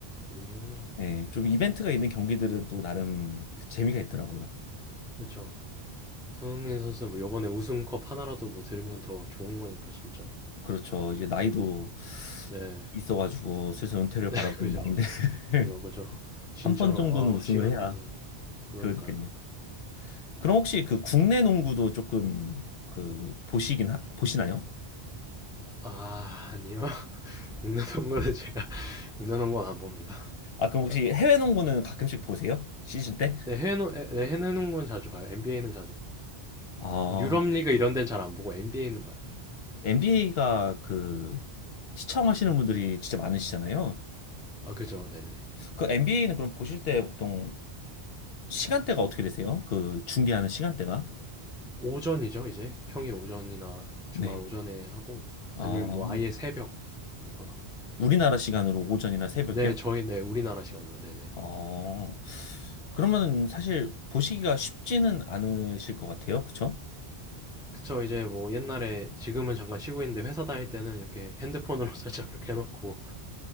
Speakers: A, in the centre; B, on the left.
A: 음,
B: 예, 좀 이벤트가 있는 경기들은 또 나름 그 재미가 있더라고요.
A: 그쵸. 손흥민 선수는 뭐 요번에 우승컵 하나라도 뭐 들으면 더 좋은 거니까, 진짜.
B: 그렇죠. 이제 나이도
A: 네.
B: 있어가지고 슬슬 은퇴를
A: <laughs>
B: 바라보는
A: 그죠,
B: 나이인데
A: 그죠.
B: <laughs>
A: 그죠, 그죠. 진짜로,
B: 한 번 정도는 우승을
A: 아, 시간이네.
B: 해야
A: 그러니까요.
B: 그러니까요. 그럼 혹시 그 국내 농구도 조금 그 보시긴 하, 보시나요?
A: 아, 아니요. <laughs> 공나놓은 거는 제가 <laughs> 공나놓은 건 안 봅니다.
B: 아 그럼
A: 그러니까
B: 혹시 해외 농구는 가끔씩 보세요? 시즌 때?
A: 내 해놓 내 해외 농건 자주 봐요. NBA는 자주 봐요.
B: 아
A: 유럽 리그 이런 데는 잘 안 보고 NBA는 봐요. 네.
B: NBA가 그 시청하시는 분들이 진짜 많으시잖아요.
A: 아, 그죠. 네, 네.
B: 그 NBA는 그럼 보실 때 보통 시간대가 어떻게 되세요? 그 중계하는 시간대가?
A: 오전이죠, 이제. 평일 오전이나 주말
B: 네.
A: 오전에 하고
B: 아
A: 아니면 뭐 아예 새벽이거나. 네.
B: 우리나라 시간으로 오전이나 새벽이요?
A: 네, 저희 네, 우리나라 시간으로. 네, 네.
B: 어, 그러면 사실 보시기가 쉽지는 않으실 것 같아요. 그쵸?
A: 그쵸 이제 뭐 옛날에 지금은 잠깐 쉬고 있는데 회사 다닐 때는 이렇게 핸드폰으로 <laughs> 살짝 이렇게 해놓고